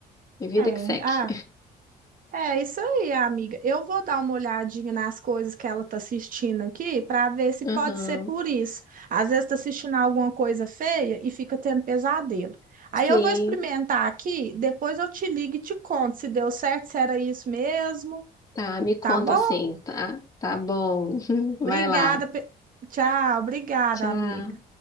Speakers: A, on the left (about 20°); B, on the right (about 55°).
A: E vida
B: É,
A: que segue.
B: ah, É isso aí, amiga. Eu vou dar uma olhadinha nas coisas que ela tá assistindo aqui para ver se
A: <laughs>
B: pode
A: Aham.
B: ser por isso. Às vezes tá assistindo alguma coisa feia e fica tendo pesadelo. Aí
A: Sim,
B: eu vou experimentar aqui, depois eu te ligo e te conto se deu certo, se era isso mesmo,
A: Tá, me conta
B: tá bom?
A: assim, tá? Tá bom. <laughs> Vai
B: Obrigada.
A: lá.
B: pe- Tchau, obrigada,
A: Tchau.
B: amiga.